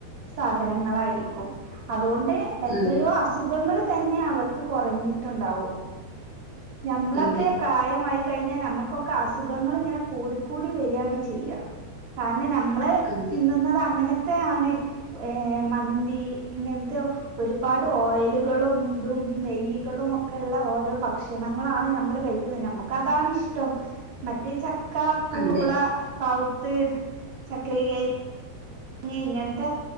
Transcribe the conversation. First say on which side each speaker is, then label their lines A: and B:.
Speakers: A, on the right (about 40°); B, on the right (about 65°).
A: സാധനങ്ങളാരിക്കും അതുകൊണ്ട് എത്രയോ
B: അതെ
A: അസ് സുഖങ്ങൾള് തന്നെ അവർക്ക് കൊറഞ്ഞിട്ടൊണ്ടാവു ഞമ്മളൊക്കെ
B: അതെ
A: പ്രായമായി കഴിഞ്ഞാ നമ്മക്കൊക്ക അസുഖങ്ങള് ഇങ്ങന കൂടിക്കൂടി വെരിയാണ് ചെയ്യ കാരണം നമ്ള്
B: അതെ
A: തിന്നുന്നത് അങ്ങനത്തെ ആണെ ഏഹ് മന്തി ഇങ്ങൻത്തെയോ ഒരുപാട് ഓയലുകളും ഇതും നെയ്യ്കളും ഒക്കെള്ള ഓരോ ഭക്ഷണങ്ങളാണ് നമ്മള് കയ് ക്കുന്നെ നമ്മക്കതാണ് ഇഷ്ടം മറ്റേ ച ക്ക പൂള
B: അതെ
A: കാവുത്ത് ചക്രികെ ങ്ങെ ഇങ്ങൻത്ത